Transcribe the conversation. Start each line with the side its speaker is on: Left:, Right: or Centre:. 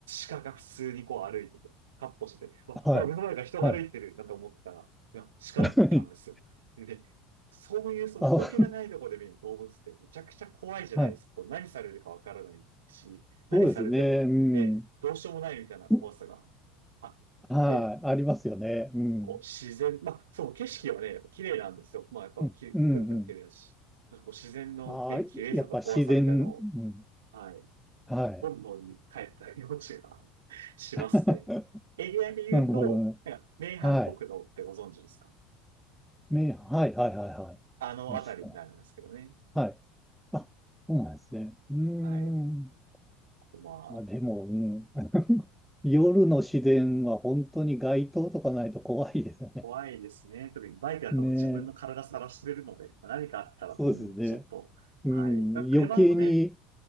Right: 鹿が普通にこう歩いてとカッ歩してて、わ、
Centre: はい、
Right: わ目の前が人が歩いてるなんて思ってたら、
Centre: はい。
Right: いや、鹿だったんですよ。
Centre: <laughs>
Right: で、そういうその人気がないところで見る動物ってめちゃくちゃ怖いじゃないですか。
Centre: あ、はい。
Right: こう何されるかわからないし、何されても、
Centre: そうですね。う
Right: ね、
Centre: ん。
Right: どうしようもないみたいな怖さがあって、
Centre: うはい。ありますよね。うん。
Right: こう、自然、まあ、その景色はね、やっぱ綺麗なんですよ。まあ、やっぱき空気も綺麗だし、
Centre: うん、うん、うん。
Right: なんかこう、自然のね、
Centre: ああ、
Right: 綺麗さと怖さみたいなのを、
Centre: やっぱ自然、うん。
Right: はい、
Centre: はい。
Right: 本能に帰ったようちが <laughs> しますね。
Centre: <laughs>
Right: エリアで言うと、
Centre: なるほど。
Right: なんか、名阪国道ってご存知ですか
Centre: はい。め、はい、はい、はい、はい。
Right: あのあたりになるんですけどね。
Centre: いました。はい。あ、そうなんですね。うーん。
Right: はい。まあ、
Centre: あ、でも、うん。夜の自然は本当に街灯とかないと怖いですね。
Right: 怖いですね。特にバイクだと自分の体さらしてるので、
Centre: ねえ。
Right: まあ何かあったらと思うと、
Centre: そうですね。
Right: ちょっと、
Centre: うん。
Right: はい。まあ車だとね、
Centre: 余計に、